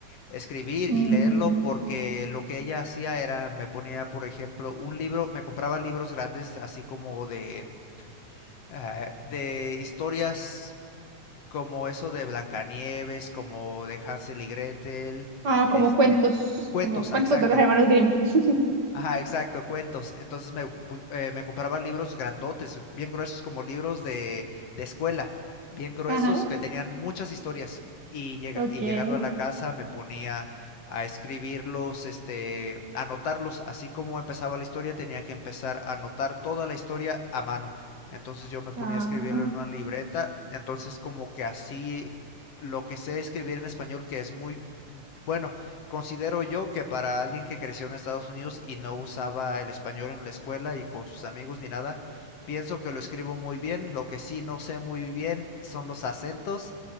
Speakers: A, on the left; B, on the right.
A: escribir
B: Mm,
A: y leerlo porque lo que ella hacía era, me ponía, por ejemplo, un libro, me compraba libros grandes así como de, eh, de historias como eso de Blancanieves, como de Hansel y Gretel,
B: Ah,
A: este,
B: como cuentos,
A: cuentos,
B: como cuentos
A: ah, exacto.
B: de los hermanos Grimm. <laughs>
A: Ajá, exacto, cuentos. Entonces me, bu- eh, me compraba libros grandotes, bien gruesos como libros de, de escuela, bien gruesos
B: Ajá,
A: que tenían muchas historias. Y, llega-
B: ok.
A: y llegando a la casa me ponía a escribirlos, este, anotarlos. Así como empezaba la historia, tenía que empezar a anotar toda la historia a mano. Entonces yo me ponía
B: Ah,
A: a escribirlo en una libreta. Entonces como que así lo que sé escribir en español, que es muy bueno. Considero yo que para alguien que creció en Estados Unidos y no usaba el español en la escuela y con sus amigos ni nada, pienso que lo escribo muy bien. Lo que sí no sé muy bien son los acentos